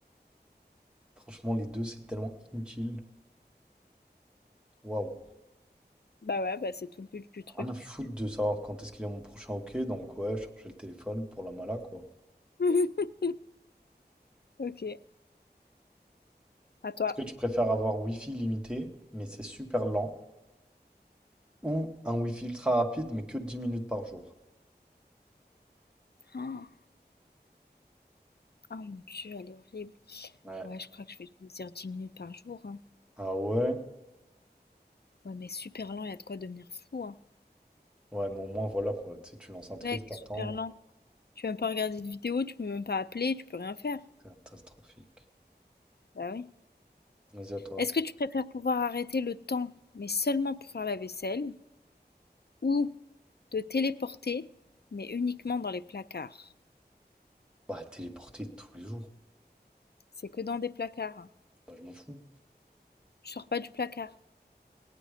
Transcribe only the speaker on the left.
Bah ouais, bah c'est tout le but du truc.
<laughs> OK, à toi.
Oh! Ah mon Dieu, elle est horrible.
Ouais, je crois que je vais choisir 10 minutes par jour, hein.
Ouais, mais super lent, il y a de quoi devenir fou, hein.
Mec,
super lent. Tu peux même pas regarder de vidéo, tu peux même pas appeler, tu peux rien faire.
Bah oui.
Est-ce que tu préfères pouvoir arrêter le temps, mais seulement pour faire la vaisselle, ou te téléporter, mais uniquement dans les placards?
C'est que dans des placards, hein.
Tu sors pas du placard.